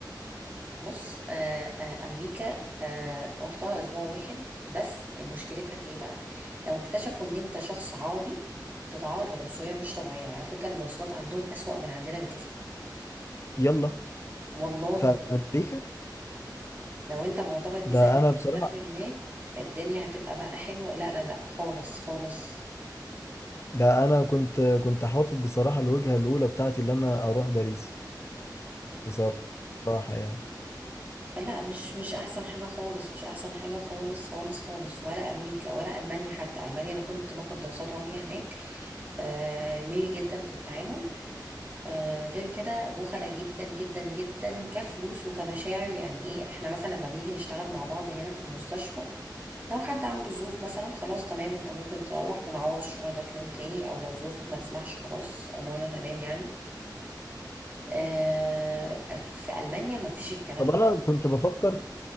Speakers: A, on the right; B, on the left.
A: بص آه آه امريكا آه رحتها اسبوع واحد بس مشكلتها في ايه بقى لو اكتشفوا ان انت شخص عربي بتتعرض لعنصريه مش طبيعيه وعلى فكره المواصلات عندهم اسوأ من عندنا بكتير
B: يلا
A: والله
B: في امريكا
A: لو انت معتقد
B: ده
A: مثلا انك
B: انا بصراحة
A: هتسافر هناك الدنيا هتبقى بقى حلوه لا لا لا خالص خالص
B: ده انا كنت كنت حاطط بصراحة الوجهة الاولى بتاعتي اللي انا اروح باريس بصراحة يعني
A: لا مش مش احسن حاجه خالص مش احسن حاجه خالص خالص خالص ولا امريكا ولا المانيا حتى المانيا انا كنت باخد دراسات عليا هناك آه ميري جدا في التعامل آه غير كده بخلة جدا جدا جدا كفلوس وكمشاعر يعني ايه احنا مثلا لما بنيجي نشتغل مع بعض هنا في المستشفى لو حد عنده ظروف مثلا خلاص تمام انت ممكن تروح ونعوض الشغل ده في يوم تاني او لو ظروفك ما تسمحش خلاص امورنا تمام يعني آه في المانيا ما فيش الكلام
B: طب
A: ده
B: انا كنت بفكر